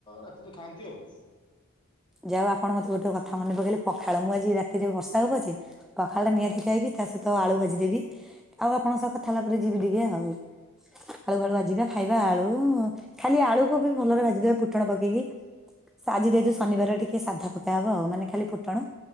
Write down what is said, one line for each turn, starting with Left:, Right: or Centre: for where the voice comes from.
Left: ରାତିରେ ଖାଆନ୍ତି ଆଉ।
Centre: ଯାହଉ ଆପଣ ମତେ ଗୋଟେ କଥା ମନେପକେଇଲେ ପଖାଳ। ମୁଁ ଆଜି ରାତିରେ ବର୍ଷା ହଉ ପଛେ ପଖାଳ ଟା ନିହାତି ଖାଇବି ତା ସହିତ ଆଳୁ ଭାଜିଦେବି। ଆଉ ଆପଣଙ୍କ ସହ କଥା ହେଲାପରେ ଯିବି ଟିକେ ଆଉ ଆଉ ଆଳୁ ବଳୁଆ ଭାଯିବା ଖାଇବା ଆଳୁ ଖାଲି ଆଳୁକୁ ବି ଭଲରେ ଭାଜିଦବା। ଫୁଟଣ ପକେଇକି ଆଜି ଯେହେତୁ ଶନିବାର ଟିକେ ସାଧା ପକାହବ ଆଉ ମାନେ ଖାଲି ଫୁଟଣ